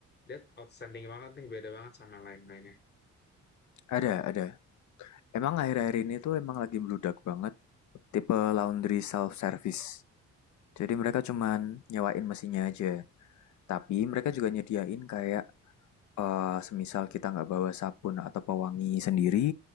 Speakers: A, on the left; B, on the left.
A: that outstanding banget nih beda banget sama yang lain-lainnya.
B: Ada, ada. Emang akhir-akhir ini tuh emang lagi meludak banget tipe laundry self service. Jadi mereka cuman nyewain mesinnya aja. Tapi mereka juga nyediain kayak eh, semisal kita nggak bawa sabun atau pewangi sendiri,